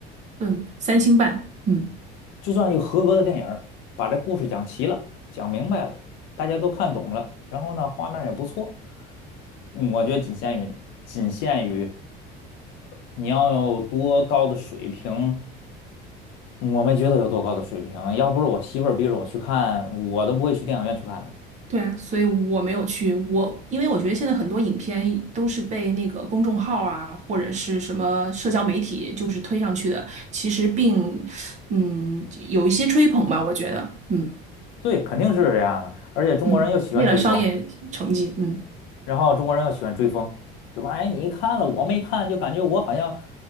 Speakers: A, on the right; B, on the left.
A: 嗯，三星半，嗯。
B: 就算一个合格的电影儿把这故事讲齐了，讲明白了，大家都看懂了，然后呢，画面儿也不错，嗯我觉得仅限于仅限于你要有多高的水平，我没觉得有多高的水平，要不是我媳妇儿逼着我去看，我都不会去电影院去看的。
A: 对啊，所以我没有去。我因为我觉得现在很多影片都是被那个公众号啊，或者是什么社交媒体就是推上去的，其实并嗯有一些吹捧吧，我觉得，嗯
B: 对，肯定是这样的，而且中国人又喜欢追风，
A: 嗯，为了商业成绩，嗯，
B: 然后中国人又喜欢追风，对吧？哎，你看了我没看，就感觉我好像